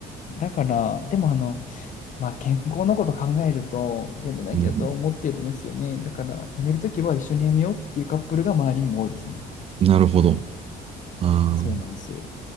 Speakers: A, on the left (about 50°); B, on the right (about 35°).
A: だから、でもあの、まあ、健康のこと考えると、やめなきゃと思ってるんですよね。
B: うん。
A: だから、やめるときは一緒にやめようっていうカップルが周りにも多いですね。
B: なるほど。ああ。
A: そうなんですよ。